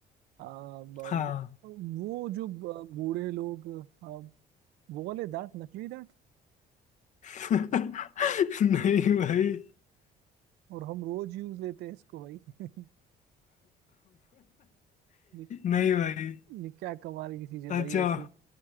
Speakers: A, on the right; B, on the left.
A: आ, ब-
B: हाँ
A: वो जो ब- बूढ़े लोग आ, वो वाले दांत नकली दांत
B: <laughs> नहीं भाई
A: और हम रोज यूज लेते हैं इसको भाई <laughs> ये,
B: नहीं भाई
A: ये क्या कमाल की चीज है
B: अच्छा
A: भाई ऐसी